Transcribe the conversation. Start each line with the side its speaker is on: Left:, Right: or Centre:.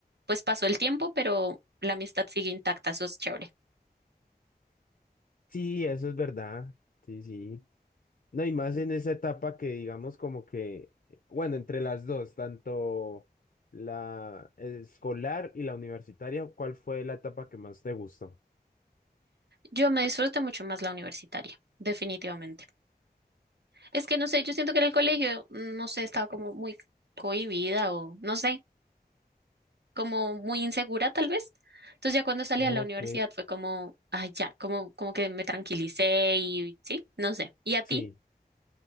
Right: pues pasó el tiempo, pero la amistad sigue intacta, eso es chévere.
Left: Sí, eso es verdad. Sí, sí. No, y más en esa etapa que digamos como que, eh, bueno, entre las dos, tanto la escolar y la universitaria, ¿cuál fue la etapa que más te gustó?
Right: Yo me disfruté mucho más la universitaria, definitivamente. Es que no sé, yo siento que en el colegio, mm, no sé, estaba como muy cohibida o no sé. como muy insegura tal vez. Entonces ya cuando salí
Left: Ok.
Right: a la universidad fue como, ay, ya, como, como que me tranquilicé y sí, no sé. ¿Y a ti?
Left: Sí,